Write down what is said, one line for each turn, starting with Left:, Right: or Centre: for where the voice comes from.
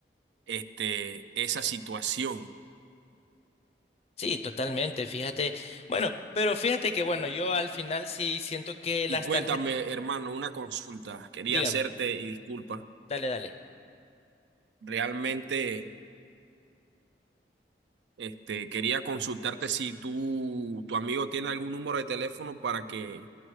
Right: este, esa situación.
Left: Sí, totalmente, fíjate. Bueno, pero fíjate que bueno, yo al final sí siento que
Right: Y
Left: las
Right: cuéntame,
Left: tarjetas,
Right: hermano, una consulta. Quería
Left: dígame,
Right: hacerte, y disculpa,
Left: dale, dale.
Right: realmente... Este, quería consultarte si tú, tu amigo tiene algún número de teléfono para que